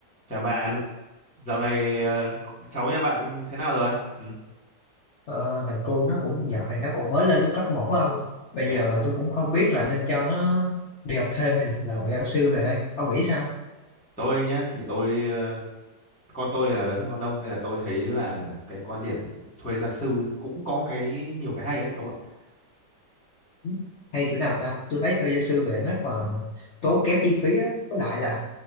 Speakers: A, in the centre; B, on the left.
A: Chào bạn, dạo này ờ, cháu nhà bạn thế nào rồi? Ừ,
B: Ờ, thằng cu nó cũng dạo này nó cũng mới lên lớp cấp 1 không? Bây
A: thế
B: giờ
A: à?
B: mà tôi cũng không biết là nên cho nó đi học thêm hay là làm ngoại giao sư về đây. Ông nghĩ sao?
A: Tôi nhá thì tôi ờ, con tôi là lớn hơn con Đông nên là tôi thấy là cái quan điểm thuê gia sư ấy cũng có cái nhiều cái hay đấy ông ạ.
B: Ừ, Hay chỗ nào ta? Tôi thấy thuê gia sư về rất là tốn kém chi phí á. Với lại là